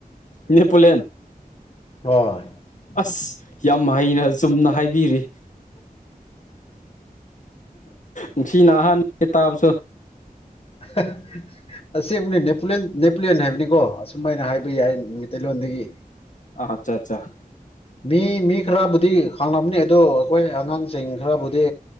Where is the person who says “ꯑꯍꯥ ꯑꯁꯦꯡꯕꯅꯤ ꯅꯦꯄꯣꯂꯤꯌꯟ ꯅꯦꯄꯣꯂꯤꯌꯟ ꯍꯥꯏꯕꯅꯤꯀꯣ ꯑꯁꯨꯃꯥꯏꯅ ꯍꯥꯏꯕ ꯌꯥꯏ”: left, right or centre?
Left